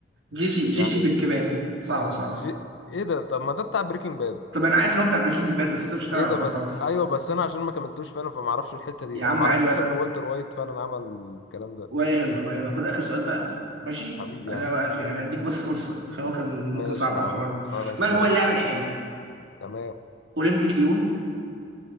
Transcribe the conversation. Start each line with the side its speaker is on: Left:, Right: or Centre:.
Right: جيسي جيسي
Left: يعني
Right: بن كيبان صعبه صعبه
Left: جي... ايه ده طب ما ده بتاع بريكنج باد
Right: طب انا عارف ان هو بتاع بريكنج باد بس انت مش هتعرف
Left: ايه ده
Right: بقى
Left: بس
Right: خلاص
Left: ايوه بس انا عشان ما كملتوش فعلا فما اعرفش الحته دي
Right: يا عم
Left: انا ما اعرفش
Right: عادي
Left: اصلا ان والتر وايت فعلا عمل الكلام ده
Right: ولا يهمك ولا يهمك خد اخر سؤال بقى ماشي
Left: حبيبي
Right: انا
Left: يا عم
Right: بقى يعني هديك بس فرصه عشان هو كان
Left: ماشي
Right: ممكن صعب
Left: يا
Right: او
Left: عم
Right: حوار
Left: خلاص
Right: من
Left: ماشي
Right: هو اللاعب الحالي
Left: تمام
Right: اولمبيك ليون